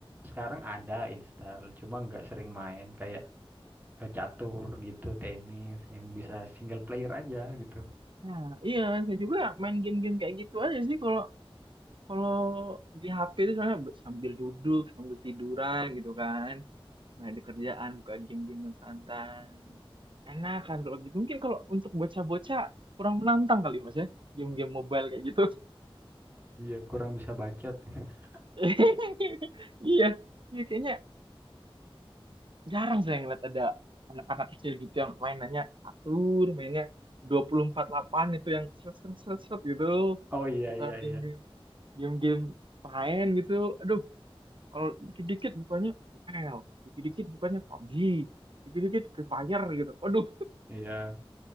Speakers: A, on the right (about 20°); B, on the right (about 55°).
A: sekarang ada install cuma nggak sering main kayak eh, catur gitu, tenis yang bisa single player aja gitu.
B: nah iya saya juga main game-game kayak gitu aja sih kalau kalau di HP itu soalnya sambil duduk sambil tiduran gitu kan main di kerjaan buka game-game yang santai enak kan kalau gitu mungkin kalau untuk bocah-bocah kurang menantang kali mas ya game-game mobile kayak gitu
A: Iya, kurang bisa bacot. <laughs>
B: <laughs> iya iya kayaknya jarang saya ngeliat ada anak-anak kecil gitu yang mainannya catur mainnya dua puluh empat delapan itu yang seret seret seret seret gitu
A: Oh iya
B: atau
A: iya
B: game-game
A: iya.
B: game-game lain gitu aduh kalau dikit-dikit bukannya ML dikit-dikit bukannya PUBG dikit-dikit Free Fire gitu aduh
A: Iya.